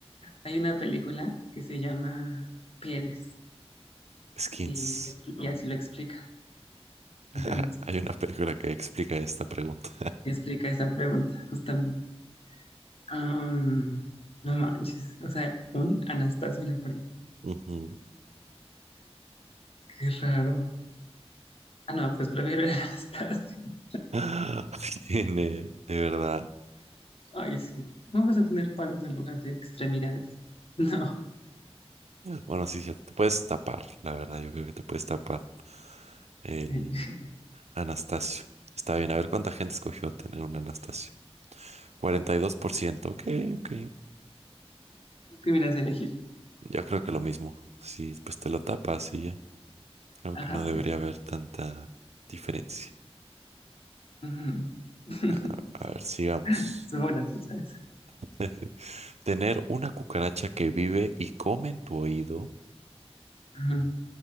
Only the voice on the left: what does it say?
Hay una película que se llama Pieles
y, lo expli- y así lo explica. Entonces,
explica esa pregunta, justamente. Am, no manches, o sea, un Anastasio en la frente.
Qué raro. Ah, no, pues prefiero el <laughs> Anastasio.
Ay, sí. Vamos a tener palos en lugar de extremidades. <laughs> No,
sí.
¿Tú ¿Qué hubieras elegido?
Ajá,
pues.
ujú. <laughs>
Estuvo graciosa esa.
Ujú.